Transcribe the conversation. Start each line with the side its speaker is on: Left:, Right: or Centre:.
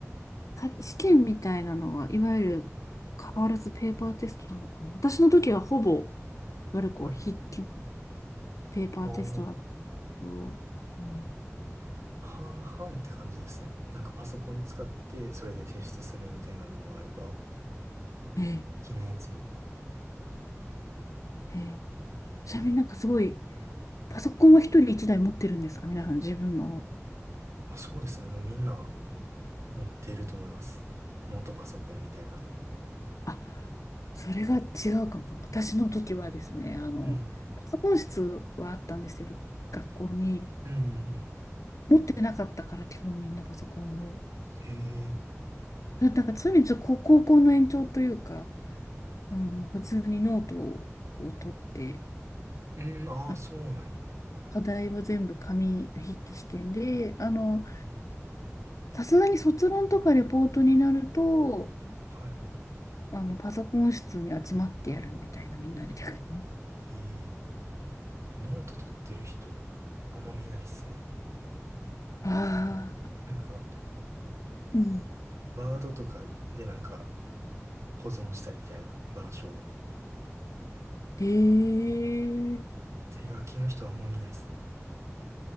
Left: か試験みたいなのは、いわゆる変わらずペーパーテストなのかな私の時はほぼ、いわゆるこう筆記の
Right: はい。
Left: ペーパーテストだったけど、
Right: ああ、
Left: うん
Right: 半々って感じですね。なんかパソコン使ってそれで提出するみたいなのもあれば、
Left: え
Right: 気のやつも。
Left: え、ええちなみになんかすごい、パソコンは一人一台持ってるんですか皆さん自分の。
Right: あ、そうですね。もうみんな持っていると思います。ノートパソコンみたいなの。
Left: あ、それが違うかも。私の時はですね、あの、
Right: うん。
Left: パソコン室はあったんですけど、学校に
Right: うんうんうん。
Left: 持ってなかったから基本みんなパソコンを。
Right: へえ。
Left: だなんかそういう意味でちょっと高高校の延長というか、あの、普通にノートをを取って、
Right: うん、ああ、
Left: あ
Right: そうなんや。
Left: 課題は全部紙筆記試験で、あの、さすがに卒論とかレポートになると、
Right: はい。
Left: あの、パソコン室に集まってやるみたいなみんなで逆に。
Right: へえ。ノート取ってる人、あんま見ないっすね。
Left: ああ、
Right: なんか、
Left: うん。
Right: ワードとかでなんか保存したりみたいな板書を。
Left: ええ
Right: 手書きの人はあんま見ないですね。